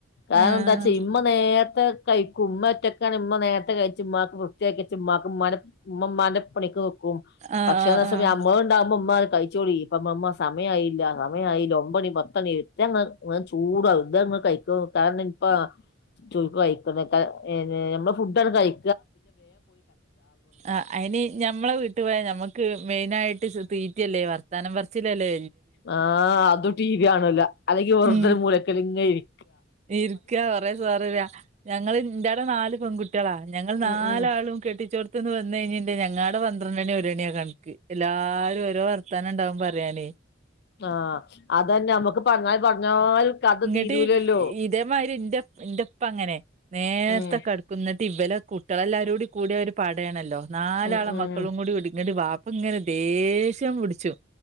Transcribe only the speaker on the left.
കാരണം
എന്താച്ചാ ഇമ്മ നേരത്തെ കഴിക്കുമ്പ ഒറ്റൊക്കാണ് ഇമ്മ നേരത്തെ കഴി ച്ചിമാക്ക് വൃത്ത്യാക്ക്യ ച്ച് മ്മാക്ക് മ്മ മ്മാൻ്റെ പണിക്ക് കും
പക്ഷേന്ന്
വെച്ച
അമ്മള് ണ്ടാവുമ്പോ മ്മറും കഴിച്ചോടി ഇപ്പ അമ്മ സമയമായില്ല സമയായില്ല ഒമ്പണി പത്തണി ത്ത് നാങ്ങള ചൂടാവും ഇത് കഴിക്ക് കാരണം ഇപ്പ ചുകായി കഴിക്ക നമ്മുടെ ഫുഡണ് കഴി
ആഹ് അതും ടിവി കാണുല്ല അല്ലെങ്കി വറുതൽ
മൂലൊക്കൽ ഇങ്ങ ഇരി
ഉം ഉം
ആഹ് അതന്നെ നമ്മുക്ക് പറഞ്ഞാല് പറഞ്ഞാലും കഥ
തീരുലല്ലോ
ഉം
ഉം ഉം